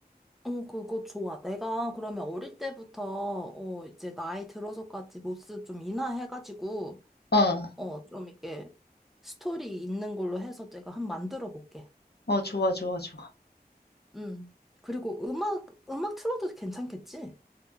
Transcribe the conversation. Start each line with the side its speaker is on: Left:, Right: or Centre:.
Centre: 어, 그거 좋아. 내가 그러면 어릴 때부터, 어, 이제 나이 들어서까지 모습 좀 인하해가지고,
Left: 어,
Centre: 어, 좀 이렇게 스토리 있는 걸로 해서 내가 한 만들어 볼게.
Left: 어, 좋아, 좋아, 좋아.
Centre: 음. 그리고 음악, 음악 틀어도 괜찮겠지?